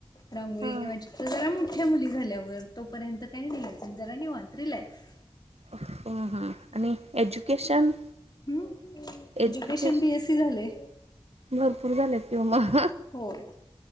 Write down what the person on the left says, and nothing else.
रांगोळी
किंवा <unintelligible> चप जरा मोठया मुली झाल्यावर तोपर्यंत काय <inaudible> नाही अजून जरा निवांत रिलॅक्स
हम्म
एज्युकेशन बीएससी झालंय
होय <inaudible>